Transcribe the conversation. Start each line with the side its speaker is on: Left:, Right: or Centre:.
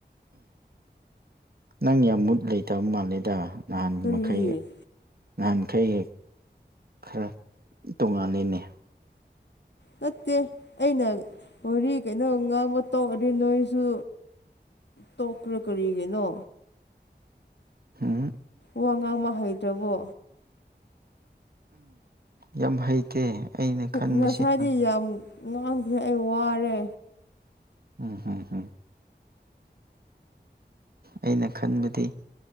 Right: ꯅꯪ ꯌꯥꯝ ꯃꯨꯠ ꯂꯩꯇꯕ ꯃꯥꯜꯂꯦꯗ ꯅꯍꯥꯟ
Left: ꯀꯔꯤꯒꯤ
Right: ꯃꯈꯩ ꯅꯍꯥꯟꯈꯩ ꯍꯦꯛ ꯈꯔ ꯇꯣꯉꯥꯜꯂꯤꯅꯦ
Left: ꯅꯠꯇꯦ ꯑꯩꯅ ꯍꯣꯔꯤ ꯀꯩꯅꯣ ꯉꯥꯡꯕ ꯇꯧꯔꯗꯤ ꯅꯣꯏꯁꯨ ꯇꯧꯀꯔ ꯀꯔꯤꯒꯦꯅꯣ
Right: ꯍꯥ
Left: ꯋꯥ ꯉꯥꯡꯕ ꯍꯩꯗ꯭ꯔꯕꯣ
Right: ꯌꯥꯝ ꯍꯩꯇꯦ ꯑꯩꯅ ꯈꯟꯕꯁꯤꯅ
Left: ꯉꯁꯥꯏꯗꯤ ꯌꯥꯝ ꯉꯥꯡꯈ꯭ꯔꯦ ꯑꯩ ꯋꯥꯔꯦ
Right: ꯎꯝ ꯎꯝ ꯎꯝ ꯑꯩꯅ ꯈꯟꯕꯗꯤ